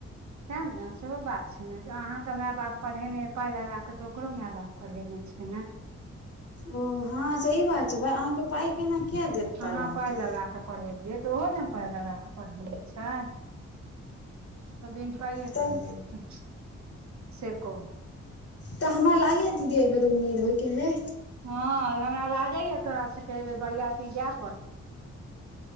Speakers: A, on the right; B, on the left.
A: ते ने सेहो बात छै ने अहाँकेँ माय बाप पढ़ेने पाई लगा कऽ ओकरो माय बाप पढ़ेने छै ने
B: ओ हँ सही बात छै भाय अहाँकेँ पाई केना किया देत पाय
A: अहाँ
B: अहाँकेँ
A: पाइ लगा पढ़ेलियै तऽ ओहो ने पाय लगा के पढ़ेने छै तऽ बिन पाई
B: तऽ
A: पढ़ि लेलक सखू।
B: तऽ हमरा लागे हा दीदी एक बेर उमीद होई के है
A: ह हमरा लागैएा तोरास सेके बेर बरियती जाय पड़तौ